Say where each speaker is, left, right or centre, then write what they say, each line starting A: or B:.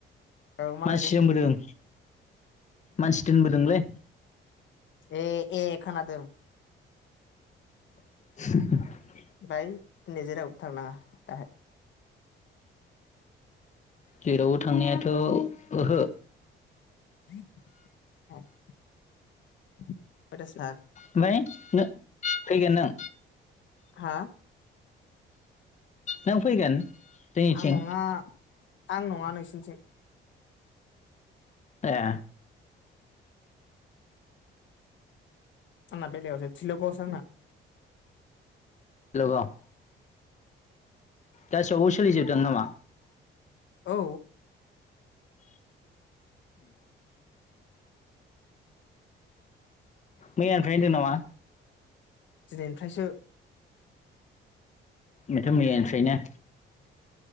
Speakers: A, on the left (about 70°); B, on the left (about 35°).
A: औ मा
B: मानसि
A: लायदों
B: दोनबोदों मानसि दोनबोदोंलै
A: ए ए खोनादों।
B: <inaudible>
A: फाय दिनि जेरावबो थांनाङा दाहाय?
B: जेरावबो थांनायाथ' ओहो।
A: <unintelligible>
B: ओमफाय नो फैगोन नों?
A: हा?
B: नों फैगोन? जोंनिथिं
A: आं नङा। आं नङा नोंसिथिं।
B: ए
A: आंना बेेलेगावसो थिलगावसो आंना।
B: लगाव गासैयावबो सोलिजोबदों नामा?
A: औ
B: मैयानिफ्राय होनदों नामा?
A: दिनैनिफ्रायसो।
B: माथो मैयानिफ्रायनो?